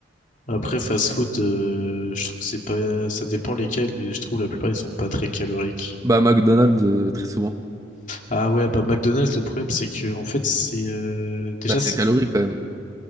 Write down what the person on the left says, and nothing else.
Après, fast-food, euh, je trouve que c'est pas... Ça dépend lesquels, mais je trouve la plupart, ils sont pas très caloriques.
Ah ouais, bah McDonald's, le problème c'est que en fait c'est euh, déjà
c'est